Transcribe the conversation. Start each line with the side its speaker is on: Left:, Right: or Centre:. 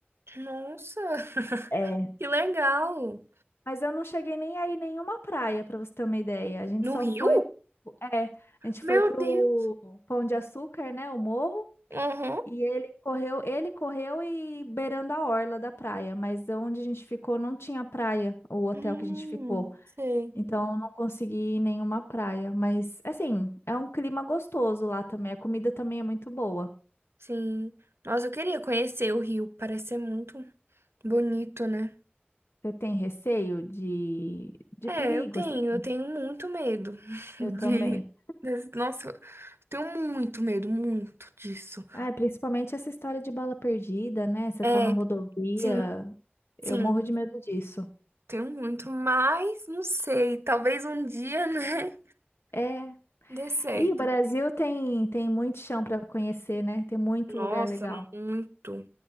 Right: Nossa. <laughs>
Left: É.
Right: Que legal.
Left: Mas eu não cheguei nem aí nenhuma praia, para você ter uma ideia. A gente
Right: No
Left: só
Right: Rio?
Left: foi, é, a gente
Right: Meu
Left: foi pro
Right: Deus.
Left: Pão de Açúcar, né, o morro.
Right: Aham.
Left: E ele correu, ele correu e beirando a orla da praia, mas onde a gente ficou não tinha praia, o hotel
Right: Hum,
Left: que a gente ficou.
Right: sei.
Left: Então eu não consegui ir nenhuma praia, mas assim, é um clima gostoso lá também, a comida também é muito boa.
Right: Sim. Nossa, eu queria conhecer o Rio. Parece ser muito bonito, né?
Left: Você tem receio de, de
Right: É,
Left: perigo,
Right: eu tenho,
Left: assim?
Right: eu tenho muito medo <laughs> de.
Left: Eu também.
Right: des- Nossa, eu tenho muito medo, muito disso.
Left: Ah, é, principalmente essa história de bala perdida, né? Você
Right: É,
Left: tá na rodovia,
Right: sim,
Left: eu
Right: sim,
Left: morro de medo disso.
Right: tenho muito, mas não sei, talvez um dia, né,
Left: É.
Right: <laughs> dê certo.
Left: E o Brasil tem, tem muito chão para conhecer, né? Tem muito
Right: Nossa,
Left: lugar legal.
Right: muito.